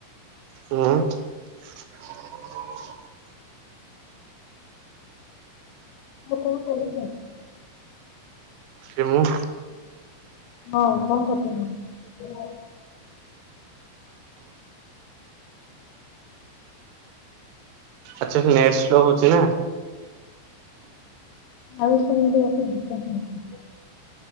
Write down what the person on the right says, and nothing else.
ହୁଁ। <inaudible>
କିଏ ମୁଁ।
ଅଚୁଆଲି ନେଟ୍ ସ୍ଲୋ ହଉଛି ନା।